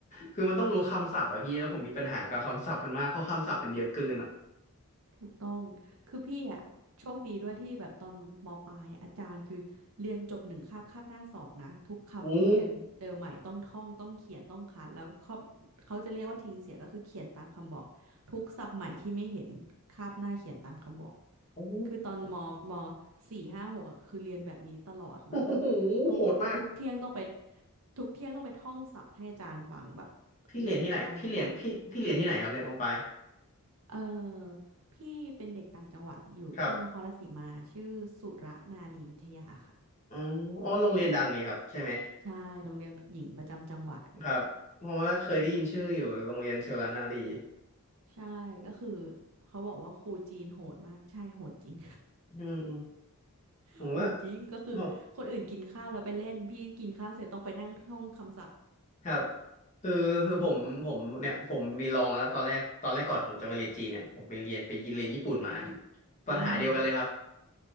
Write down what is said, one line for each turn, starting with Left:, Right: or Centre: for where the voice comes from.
Left: คือมันต้องรู้คำศัพท์อะพี่แล้วผมมีปัญหากับคำศัพท์มันมากเพราะคำศัพท์มันเยอะเกินอะ
Right: ถูกต้องคือพี่อ่ะโชคดีด้วยที่แบบตอนมปลายอะอาจารย์คือเรียนจบหนึ่งคาบคาบหน้าสอบนะทุกคำที่เรียนเจอใหม่ต้องท่องต้องเขียนต้องคัดแล้วเขา
Left: โอ้
Right: เขาจะเรียกว่าทิ้งเสียก็คือเขียนตามคำบอกทุกศัพท์ใหม่ที่ไม่เห็นคาบหน้าเขียนตามคำบอก
Left: โอ้
Right: คือตอนมมสี่ห้าหกอ่ะคือเรียนแบบนี้ตลอดแล้วแบบทุกทุกเที่ยงต้องไป
Left: โอ้โหโหดมาก
Right: ทุกเที่ยงต้องไปท่องศัพท์ให้อาจารย์ฟังแบบ
Left: พี่เรียนที่ไหนพี่เรียนพี่พี่เรียนที่ไหนครับเนี่ยมอปลาย
Right: หนึ่งพันกว่า เออพี่เป็นเด็กต่างจังหวัดอยู่ที่นครราชสีมาชื่อสุรนารีวิทยาค่ะ
Left: ครับอ๋ออ๋อโรงเรียนดังนี่ครับใช่ไหม
Right: ใช่โรงเรียนหญิงประจำจังหวัด
Left: ครับเพราะว่าเคยได้ยินชื่ออยู่โรงเรียนเชลานารี
Right: ใช่ก็คือเขาบอกว่าครูจีนโหดมากใช่โหดจริง
Left: อืม
Right: <laughs>
Left: ผมว่า
Right: โหดจริงก็คือคนอื่นกินข้าวแล้วไปเล่นพี่กินข้าวเสร็จต้องไปนั่งท่องคำศัพท์
Left: ผมครับคือคือผมผมเนี่ยผมมีลองแล้วตอนแรกตอนแรกก่อนผมจะมาเรียนจีนเนี่ยผมไปเรียนไปยินเรียนญี่ปุ่นมา
Right: อืม
Left: ปัญหาเดียวกันเลยครับ
Right: อืม